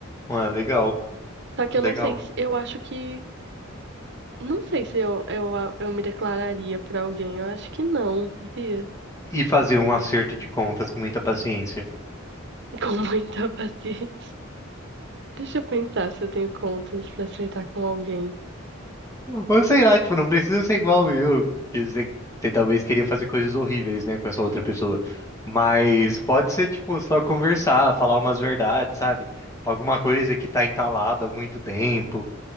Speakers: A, on the left (about 15°); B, on the right (about 60°).
A: Ah, legal,
B: Só que
A: legal.
B: eu não sei, se- eu acho que Não sei se eu, eu, eu me declararia pra alguém. Eu acho que não, sabia?
A: E fazer um acerto de contas com muita paciência.
B: <laughs> Com muita paciência. Deixa eu pensar se eu tenho contas pra acertar com alguém.
A: Ou sei lá, tipo, não precisa ser igual eu. que Você, você talvez queria fazer coisas horríveis, né, com essa outra pessoa. Mas pode ser, tipo, só conversar, falar umas verdades, sabe? Alguma coisa que tá entalada há muito tempo.